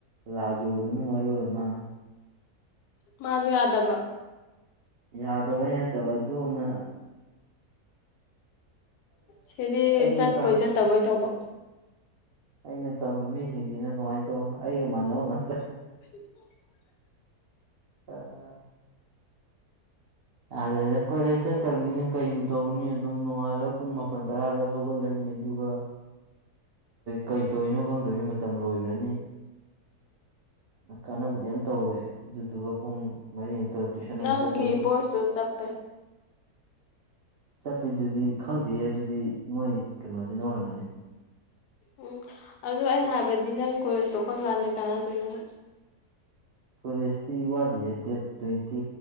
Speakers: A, on the right (about 70°); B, on the left (about 80°).
A: ꯂꯥꯖꯣꯗꯨꯅ ꯃꯔ ꯑꯣꯏꯃ
B: ꯃꯥꯁꯨ ꯌꯥꯗꯕ
A: ꯌꯥꯗꯕꯩ ꯅꯠꯇꯕ ꯑꯗꯨꯝꯅ
B: ꯁꯤꯗꯤ
A: ꯑꯩꯅ
B: ꯆꯠꯄꯣꯏ ꯆꯠꯇꯕꯣꯏ ꯇꯧꯕ
A: ꯑꯩꯅ ꯇꯝꯕ ꯃꯤꯁꯤꯡꯁꯤꯅ ꯀꯃꯥꯏꯅ ꯇꯧ ꯑꯩꯒ ꯃꯥꯟꯅꯕ ꯉꯥꯛꯇ
B: <unintelligible>
A: ꯑꯥ ꯌꯥꯗ꯭ꯔꯦꯗ ꯀꯣꯏꯂꯦꯖ ꯆꯠꯇꯕꯅꯤꯅ ꯀꯔꯤꯕꯨ ꯇꯧꯅꯤ ꯑꯗꯨꯣ ꯅꯣꯡꯉꯥꯜꯂꯒ ꯄꯨꯡ ꯃꯥꯄꯜ ꯇꯔꯥꯗ ꯍꯧꯒꯠꯂꯅꯤ ꯑꯗꯨꯒ ꯀꯩꯗꯧꯔꯤꯅꯣ ꯈꯪꯗꯕꯩ ꯃꯇꯝ ꯂꯣꯏꯈ꯭ꯔꯅꯤ ꯀꯥꯟꯅꯕꯗꯤ ꯌꯥꯝ ꯇꯧꯔꯣꯏꯦ ꯑꯗꯨꯗꯨꯒ ꯄꯨꯡ ꯃꯔꯤꯃ ꯇꯣ ꯇꯨꯁꯅꯁꯥ
B: ꯅꯪꯒꯤ
A: ꯂꯩꯅꯤ
B: ꯚꯣꯏꯁꯇꯨ ꯆꯞꯄꯦ
A: ꯆꯠꯄꯤꯗꯨꯗꯤ ꯈꯪꯗꯦ ꯑꯗꯨꯗꯤ ꯃꯣꯏ ꯀꯩꯅꯣꯁꯤꯅ ꯑꯣꯏꯔꯝꯒꯅꯤ
B: ꯎꯝ ꯑꯗꯨꯗ ꯑꯩꯅ ꯍꯥꯏꯕꯗꯤ ꯅꯪ ꯀꯣꯂꯦꯖ ꯇꯣꯛꯀꯝ ꯀꯥꯟꯗ ꯀꯅꯥꯗꯣꯏꯅꯣꯂ
A: ꯀꯣꯂꯦꯖꯇꯤ ꯋꯥꯠꯂꯤꯑ ꯗꯦꯠ ꯇ꯭ꯋꯦꯟꯇꯤ